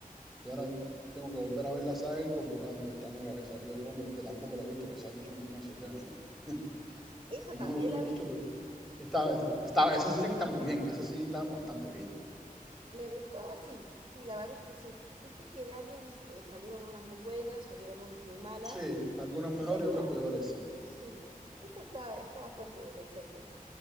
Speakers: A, in the centre; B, on the right (about 35°).
A: Y ahora tengo que volver a ver la saga incorporando esta nueva que salió de Romulus, que tampoco la he visto, que salió hace unos meses ya. <laughs>
B: Eso
A: Y
B: también
A: no me gusta
B: la
A: mucho,
B: vi
A: pero esta, esta- esa sí sé que está muy bien, que esa sí está bastante bien.
B: Me gustó, sí, sí, la verdad es que sí. Viste que de Aliens eh, salieron unas muy buenas, salieron unas muy malas,
A: Sí, algunas
B: y
A: mejor
B: esta,
A: y otras peores, sí.
B: sí, esta está, está bastante decente.